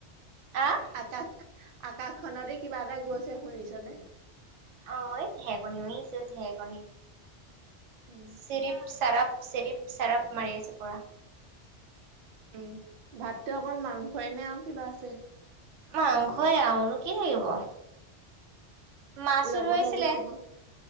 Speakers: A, on the right; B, on the right.
A: আহ
B: আকাশ আকাশখনৰে কিবা এটা গৈছে শুনিছনে
A: অ', এই ঢেৰেকনি মৰিছে ঢেৰেকনি
B: উম
A: চিৰিপ চাৰপ। চিৰিপ চাৰাপ মাৰি আছে পুৰা।
B: উম, ভাতটো অকল মাংসই নে আৰু কিবা আছে?
A: মাংসই আৰুনো কি থাকিব। মাছও
B: লগতে
A: ধৰিছিলে।
B: আৰু কিবা